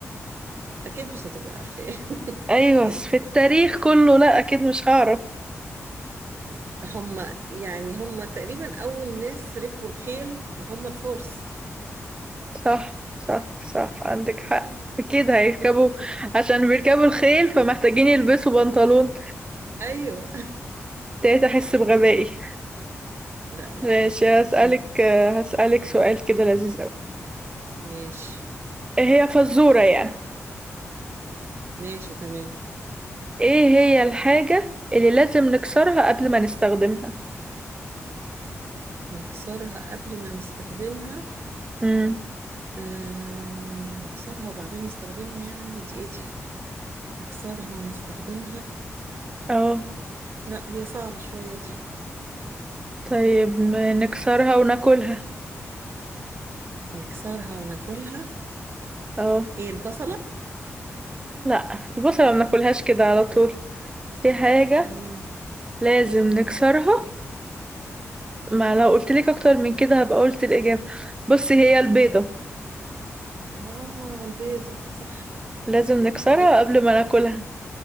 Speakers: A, on the right (about 50°); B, on the right (about 20°).
A: أكيد مش هتبقي عارفة <laughs>
B: ايوه
A: أكيد
B: بس في التاريخ كله لا اكيد مش هعرف
A: هم يعني هم تقريبا أول ناس ركبوا الخيل وهم الفرس
B: صح صح صح عندك
A: تمام
B: حق أكيد هيركبوا
A: <laughs>
B: عشان بيركبوا الخيل فمحتاجين يلبسوا بنطلون
A: أيوه
B: ابتديت أحس بغبائي
A: <laughs> لا لا
B: ماشي هسألك
A: مم.
B: هسألك سؤال كده لذيذ أوي
A: ماشي
B: إيه هي فزورة يعني
A: ماشي تمام
B: إيه هي الحاجة اللي لازم نكسرها قبل ما نستخدمها
A: نكسرها قبل ما نستخدمها
B: امم
A: آه نكسرها وبعدين نستخدمها يعني دي ايه دي نكسرها ونستخدمها
B: اه
A: لا هي صعبة شوية دي
B: طيب م- نكسرها وناكلها
A: نكسرها وناكلها
B: اه
A: ايه البصلة
B: لا البصلة ما بناكلهاش كده على طول في حاجة
A: مم.
B: لازم نكسرها ما لو قلت لك اكتر من كده هبقى قلت الإجابة بصي هي البيضة
A: اه البيضة صح
B: لازم نكسرها
A: ايوه
B: قبل ما ناكلها